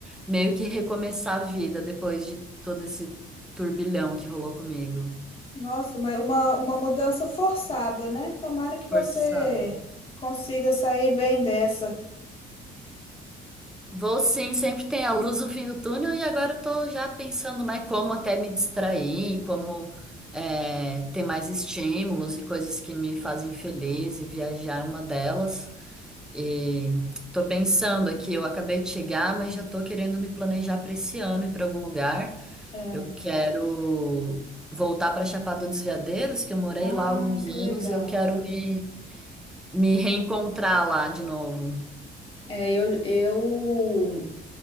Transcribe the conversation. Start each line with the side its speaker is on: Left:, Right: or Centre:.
Centre: meio que recomeçar a vida depois de todo esse turbilhão que rolou comigo.
Left: Nossa, mas uma, uma mudança forçada, né? Tomara que você
Centre: Forçado.
Left: consiga sair bem dessa.
Centre: Vou sim, sempre tem a luz no fim do túnel e agora eu tô já pensando, né, como até me distrair, como é, ter mais estímulos e coisas que me fazem feliz e viajar é uma delas. E tô pensando aqui, eu acabei de chegar, mas já tô querendo me planejar para esse ano e para algum lugar.
Left: É.
Centre: Eu quero voltar para Chapada dos Veadeiros, que eu morei
Left: Ah,
Centre: lá há alguns
Left: que
Centre: anos,
Left: legal.
Centre: e eu quero me, me reencontrar lá de novo.
Left: É, eu, eu.